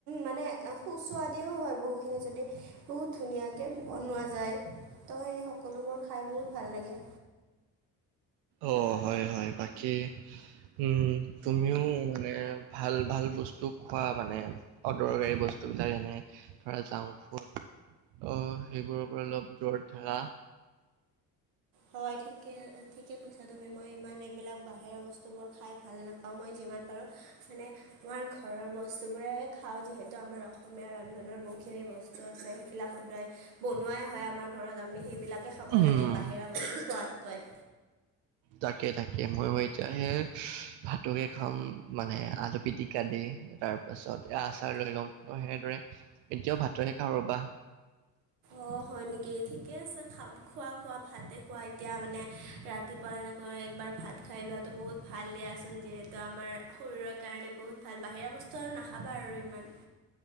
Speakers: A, on the right; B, on the right.
A: মানে সুস্বাদিও হয় বহুখিনি যদি বহুত ধুনীয়াকে বনোৱা যায়। ত' সেই সকলোবোৰ খাই বহুত ভাল লাগে।
B: অ হয়, হয়। বাকী উম তুমিও মানে ভাল ভাল বস্তু বস্তু খোৱা মানে। অদৰকাৰী বস্তু বস্তুবিলাক এনে ধৰা জাংফুড অ সেইবোৰৰ পৰা অলপ দূৰত থাকা।
A: হয় ঠিকে, ঠিকে কৈছা তুমি। মই ইমান এইবিলাক বাহিৰা বস্তুবোৰ খাই ভাল নাপাও। মই যিমান পাৰোঁ মানে আমাৰ ঘৰৰ বস্তুবোৰেহে খাও। যিহেতু আমাৰ অসমীয়া ৰন্ধনৰ বহুখিনি বচ তো আছে সেইবিলাক সদায় বনোৱাই হয় আমাৰ। ঘৰত আমি সেইবিলাকে খাব
B: উম,
A: লাগে বাহিৰা বস্তু খোৱাতকৈ।
B: তাকে, তাকে। মইও এতিয়া হে ভাতকে খাম মানে আলু পিটিকা দি তাৰপাছত এ আচাৰ লৈ ল'ও। অ সেনেদৰে এতিয়াও ভাতহে খাওঁ ৰ'বা।
A: অ, হয় নেকি? ঠিকে আছে, খোৱা খোৱা ভাতে খোৱা। এতিয়া মানে ৰা ৰাতিপুৱা এনেকৈ একবাৰ ভাত খাই লোৱাটো বহুত ভাল দিয়াচোন। যিহেতু আমাৰ শৰীৰৰ কাৰণে বহুত ভাল বাহিৰা বস্তু আৰু নাখাবা আৰু ইমান।